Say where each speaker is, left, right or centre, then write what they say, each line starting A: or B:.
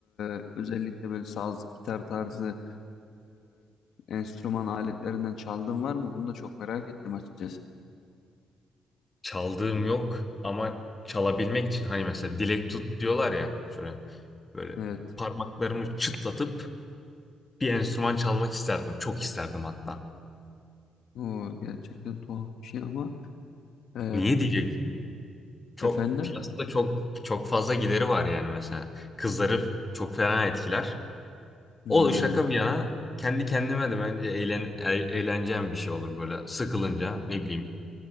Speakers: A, on the left (about 70°); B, on the left (about 25°).
A: e, özellikle böyle saz, gitar tarzı e, enstrüman aletlerinden çaldığın var mı? Bunu da çok merak ettim açıkçası.
B: Çaldığım yok ama çalabilmek için hani mesela dilek tut diyorlar ya şöyle böyle
A: Evet.
B: parmaklarımı çıtlatıp bir enstrüman çalmak isterdim. Çok isterdim hatta.
A: O gerçekten tuhaf bir şey ama e,
B: Niye diyeceksin? Çok
A: efendim.
B: piyasada çok çok fazla gideri var yani mesela. Kızları çok fena etkiler.
A: Hmm,
B: O şaka bir yana kendi kendime de bence eğlen, e- eğleneceğim bir şey olur böyle sıkılınca ne bileyim